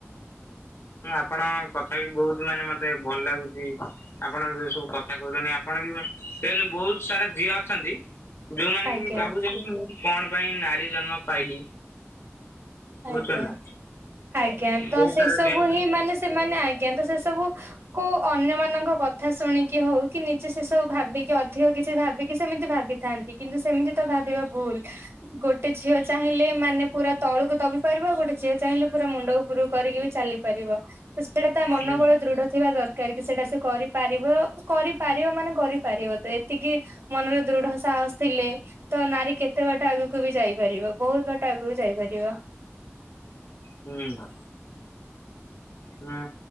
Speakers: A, on the left (about 60°); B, on the right (about 60°).
A: ହଁ ଆପଣ କଥା ବି ବହୁତ ମାନେ ମତେ ଭଲ ଲାଗୁଛି। ଆପଣ ଏସବୁ କଥା କହୁଛନ୍ତି ଆପଣ ବି ମାନେ ଦେନେ ବହୁତ ସାରା ଝିଅ ଅଛନ୍ତି ଯୋଉମାନେ
B: ଆଜ୍ଞା
A: କି ଭାବୁଛନ୍ତି ମୁଁ କଣ ପାଇଁ ନାରୀ ଜନ୍ମ ପାଇଲି।
B: ଆଜ୍ଞା,
A: ବୁଝୁଛନ୍ତି ନା
B: ଆଜ୍ଞା ତ
A: ବହୁତ
B: ସେ
A: ସାରା
B: ସବୁ
A: ଝିଅ ଅଛନ୍ତି
B: ହିଁ ମାନେ ସେମାନେ ଆଜ୍ଞା ତ ସେ ସବୁ କୁ ଅନ୍ୟ ମାନଙ୍କ କଥା ଶୁଣିକି ହଉ, କି ନିଜେ ସେ ସବୁ ଭାବିକି ଅଧିକ କିଛି ଭାବିକି ସେମିତି ଭାବି ଥାନ୍ତି, କିନ୍ତୁ ସେମିତି ତ ଭାବିବା ଭୁଲ, ଗୋଟେ ଝିଅ ଚାହିଁଲେ ମାନେ ପୁରା ତଳକୁ ଦବି ପାରିବ, ଗୋଟେ ଝିଅ ଚାହିଁଲେ ପୁରା ମୁଣ୍ଡ ଉପରୁକୁ କରିକି ବି ଚାଲିପାରିବ। ସେଇଟା ତା ମନୋବଳ
A: ହୁଁ
B: ଦୃଢ ଥିବା ଦରକାର। କ୍ଯାରିକି ସେଇଟା ସେ କରିପାରିବ କରିପାରିବ ମାନେ କରିପାରିବ ତ ଏତିକି ମନରେ ଦୃଢ ସାହସ ଥିଲେ ତ ନାରୀ କେତେ ବାଟ ଆଗକୁ ବି ଯାଇପାରିବ, ବହୁତ ବାଟ ଆଗକୁ ଯାଇପାରିବ।
A: ହୁଁ ହୁଁ